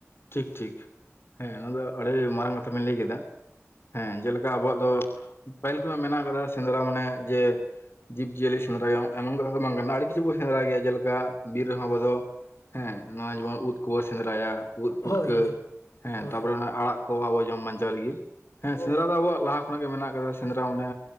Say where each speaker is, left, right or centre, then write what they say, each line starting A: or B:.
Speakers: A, on the left (about 50°); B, on the left (about 80°).
A: ᱴᱷᱤᱠ ᱴᱷᱤᱠ ᱦᱮᱸ ᱚᱱᱟ ᱫᱚ ᱟᱹᱰᱤ ᱢᱟᱨᱟᱝ ᱠᱟᱛᱷᱟ ᱵᱤᱱ ᱞᱟᱹᱭ ᱠᱮᱫᱟ ᱦᱮᱸ ᱡᱮᱞᱮᱠᱟ ᱟᱵᱚᱣᱟᱜ ᱫᱚ ᱯᱟᱹᱦᱤᱞ ᱠᱷᱚᱱᱟᱜ ᱢᱮᱱᱟᱜ ᱟᱠᱟᱫᱟ ᱥᱮᱸᱫᱽᱨᱟ ᱢᱟᱱᱮ ᱡᱮ ᱡᱤᱵᱽ ᱡᱤᱭᱟᱹᱞᱤ ᱥᱮᱸᱫᱽᱨᱟᱭ ᱮᱢᱚᱱ ᱠᱟᱛᱷᱟ ᱫᱚ ᱵᱟᱝ ᱠᱟᱱᱟ ᱟᱹᱰᱤ ᱠᱤᱪᱷᱩ ᱵᱚᱱ ᱥᱮᱸᱫᱽᱨᱟ ᱜᱮᱭᱟ ᱡᱮᱞᱮᱠᱟ ᱵᱤᱨ ᱨᱮᱦᱚᱸ ᱟᱵᱚ ᱫᱚ ᱦᱮᱸ ᱱᱚᱣᱟ ᱡᱮᱢᱚᱱ ᱩᱫᱽ ᱠᱚᱵᱚ ᱥᱮᱸᱫᱽᱨᱟᱭᱟ ᱩᱫ ᱯᱩᱴᱠᱟᱹ
B: ᱦᱳᱭ ᱦᱳᱭ
A: ᱦᱮᱸ
B: ᱦᱳᱭ
A: ᱛᱟᱯᱚᱨᱮ ᱚᱱᱟ ᱟᱲᱟᱜ ᱠᱚ ᱟᱵᱚ ᱡᱚᱢ ᱵᱟᱧᱟᱣ ᱞᱟᱹᱜᱤᱫ ᱦᱮᱸ
B: ᱦᱳᱭ
A: ᱥᱮᱸᱫᱽᱨᱟ ᱫᱚ ᱟᱵᱚᱣᱟᱜ ᱞᱟᱦᱟ ᱠᱷᱚᱱᱟᱜ ᱜᱮ ᱢᱮᱱᱟᱜ ᱟᱠᱟᱫᱟ ᱥᱮᱸᱫᱽᱨᱟ ᱢᱟᱱᱮ